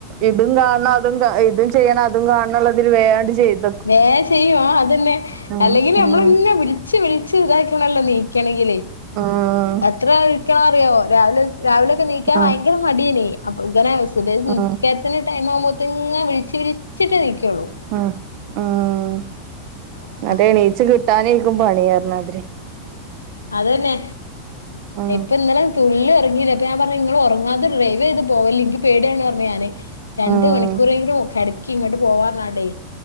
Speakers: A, on the right; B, on the left.
A: ഇതും കാണണം അതും കാ ഇതും ചെയ്യണം അതും കാണണം ന്ന് ള്ളതില് വേണ്ട് ചെയ്ത
B: വേഗം ചെയ്യും അതന്നെ
A: ഉം
B: അല്ലെങ്കിൽ നമ്മളിങ്ങ്
A: ഉം
B: വിളി ച്ച് വിളിച്ച് ഇതാക്കണല്ലോ എണീക്കണെങ്കിൽ
A: ഉം
B: എത്ര വിളിക്കണന്നറിയോ രാവിലെ. രാവിലെക്കെ ണീക്കാൻ
A: ഉം
B: ഭയങ്കര മടിയേനി അപ്പൊ ഇങ്ങനെ സുബ്ഹിനിസ്കാരത്തിന്.
A: ഉം
B: ടൈം ആവുമ്പോത്തേ ഇങ്ങനെ വിളിച്ച വിളിച്ചിട്ട് ണീക്കോള്ളു.
A: അ ആഹ്
B: ആഹ്
A: അത് എണീച്ച് കിട്ടാനായിരിക്കും പണിയാരുന്നത്
B: അതന്നെ
A: ആഹ്
B: ഇപ്പൊ ഇന്നലെ തുള്ളി ഉറങ്ങിയില്ല അപ്പൊ ഞാൻ പറഞ്ഞു നിങ്ങള് ഉറങ്ങാതെ ഡ്രൈവ് ചെയ്ത് പോവല്ല് എനിക്ക് പേടിയാണ് പറഞ്ഞ് ഞാന് രണ്ട്
A: ഉം
B: മണിക്കൂറെങ്കിലും കിടക്കി ഇങ്ങോട്ട് പോവാറനാടേ